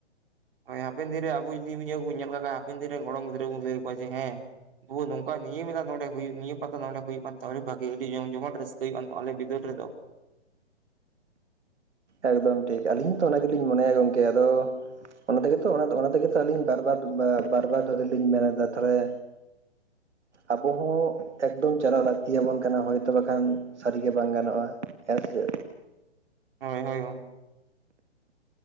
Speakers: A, on the right (about 55°); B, on the right (about 80°).
A: ᱦᱳᱭ ᱦᱟᱯᱮᱱ ᱫᱤᱱ ᱨᱮ ᱟᱵᱚ ᱡᱩᱫᱤ ᱠᱚᱵᱚᱱ ᱧᱮᱞ ᱞᱮ ᱠᱷᱟᱱ ᱦᱟᱯᱮᱱ ᱫᱤᱱ ᱨᱮᱱ ᱜᱚᱲᱚᱢ ᱜᱤᱫᱨᱟᱹ ᱵᱚᱱ ᱞᱟᱹᱭ ᱠᱚᱣᱟ ᱡᱮ ᱦᱮᱸ ᱵᱩᱵᱩ ᱱᱚᱝᱠᱟ ᱱᱤᱭᱟᱹ ᱢᱮᱞᱟ ᱱᱚᱰᱮ ᱦᱩᱭᱩᱜ ᱱᱤᱭᱟᱹ ᱯᱟᱛᱟ ᱱᱚᱰᱮ ᱦᱩᱭᱩᱜ ᱠᱟᱱ ᱟᱹᱰᱤ ᱵᱷᱟᱜᱤ ᱟᱹᱰᱤ ᱡᱚᱢ ᱡᱚᱢᱟᱴ ᱨᱟᱹᱥᱠᱟᱹ ᱦᱩᱭᱩᱜ ᱠᱟᱱ ᱟᱞᱮ ᱵᱤᱫᱟᱹᱞ ᱨᱮᱫᱚ
B: ᱮᱠᱫᱚᱢ ᱴᱷᱤᱠ ᱟᱹᱞᱤᱧ ᱦᱚᱸ ᱛᱚ ᱚᱱᱟ ᱜᱮᱞᱤᱧ ᱢᱚᱱᱮᱭᱟ ᱜᱚᱢᱠᱮ ᱟᱫᱚ ᱚᱱᱟ ᱛᱮᱜᱮ ᱛᱚ ᱚᱱᱟ ᱛᱮᱜᱮ ᱛᱚ ᱟᱹᱞᱤ ᱵᱟᱨ ᱵᱟᱨ ᱵᱟᱨ ᱫᱷᱚᱨ ᱞᱤᱧ ᱢᱮᱱᱫᱟ ᱛᱟᱦᱚᱞᱮ ᱟᱵᱚ ᱦᱚᱸ ᱮᱠᱫᱚᱢ ᱪᱟᱞᱟᱜ ᱞᱟᱹᱠᱛᱤᱭᱟᱵᱚᱱ ᱠᱟᱱᱟ ᱦᱳᱭᱛᱚ ᱵᱟᱠᱷᱟᱱ ᱥᱟᱹᱨᱤᱜᱮ ᱵᱟᱝ ᱜᱟᱱᱚᱜᱼᱟ ᱦᱮᱸᱥᱮ ᱪᱮᱫ
A: ᱦᱳᱭ ᱦᱳᱭ